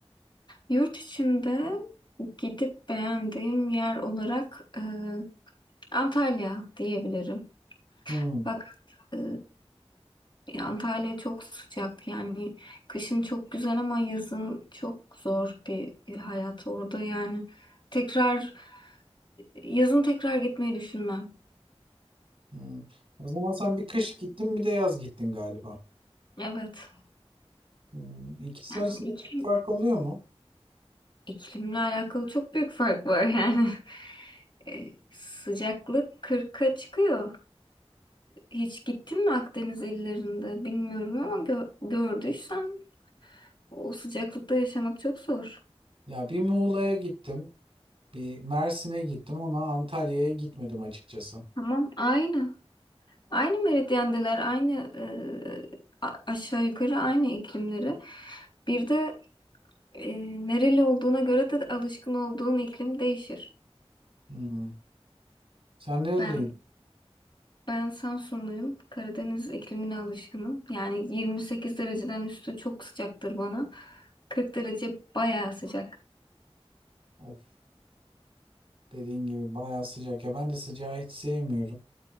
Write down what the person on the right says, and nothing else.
Hmm,
hmm. O zaman sen bir kış gittin bir de yaz gittin galiba.
Hmm, İkisi
arasında
çok fark oluyor mu?
Ya bir Muğla'ya gittim, bir Mersin'e gittim ama Antalya'ya gitmedim açıkçası.
Hmm. Sen nereliydin?
Of. Dediğin gibi bayağı sıcak ya ben de sıcağı hiç sevmiyorum